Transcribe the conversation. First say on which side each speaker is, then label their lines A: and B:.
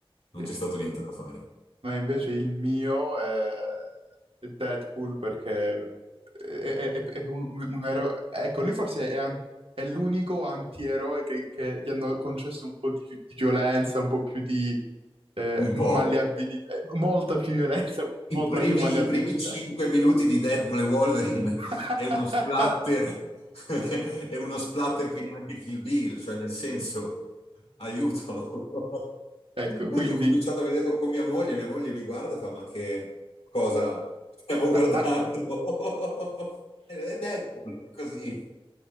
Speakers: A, on the left; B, on the right.
A: Non
B: Sì.
A: c'è stato niente
B: Mm.
A: da fare.
B: No, invece il mio è, è Deadpool perché è, è- è- è un, un eroe. Ecco, lui forse è, an- è l'unico antieroe che, che gli hanno concesso un po' di, gi- di violenza, un po' più di eh,
A: Un
B: m-
A: po',
B: malleabilità, eh, molta più violenza, <laughs> molta
A: I primi,
B: più malleabilità.
A: i primi 5 minuti di Deadpool e Wolverine
B: <laughs>
A: è uno splatter, <laughs> è uno splatter che neanche Kill Bill, cioè nel senso, aiuto. <laughs> Ho
B: Ecco, quindi
A: cominciato a vederlo con mia moglie, mia moglie mi guarda e fa, ma che cosa stiamo guardando?
B: <laughs>
A: <laughs> È Deadpool, è così.